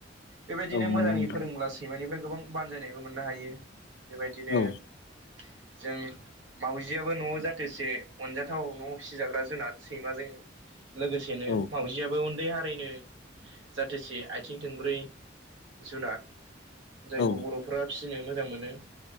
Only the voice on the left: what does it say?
औ नंगौ
नोंथां
औ
औ
औ